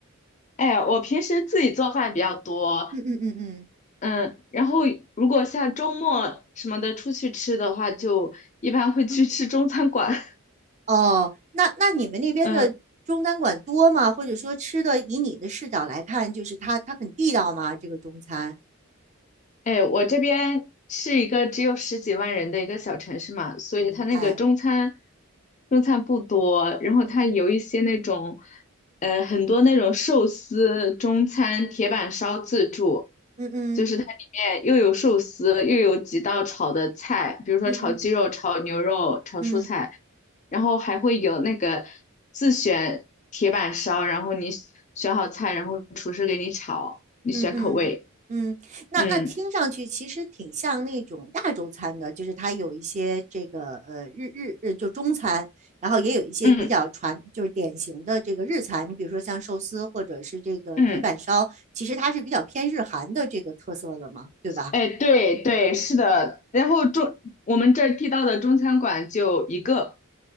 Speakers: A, on the left (about 35°); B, on the right (about 30°).
A: 哎，我平时自己做饭比较多，
B: 嗯嗯嗯嗯
A: 嗯，然后如果像周末什么的出去吃的话，就一般会去吃中餐馆，<laughs>
B: 哦，那那你们那边的中餐馆多吗？
A: 嗯。
B: 或者说吃的，以你的视角来看，就是它它很地道吗？这个中餐，
A: 哎，我这边是一个只有十几万人的一个小城市嘛，所以它那个中餐
B: 明白。
A: 中餐不多，然后它有一些那种，
B: 嗯
A: 呃，很多那种寿司中餐铁板烧自助，
B: 嗯
A: 就是它里面又有寿司，又有几道炒的菜，比如说炒鸡肉、
B: 嗯嗯
A: 炒牛肉、炒蔬菜，
B: 嗯
A: 然后还会有那个自选铁板烧，然后你选好菜，然后厨师给你炒，你选口味，
B: 嗯嗯嗯，那那听上去其实挺像那种亚洲餐的，
A: 嗯
B: 就是它有一些这个呃日日日就中餐，然后也有一些比较传就是典型的这个日餐，
A: 嗯。
B: 你比如说像寿司或者是这个铁板烧，
A: 嗯，
B: 其实它是比较偏日韩的这个特色的嘛，对吧？
A: 哎，对对，是的。
B: 嗯。
A: 然后中我们这儿地道的中餐馆就一个，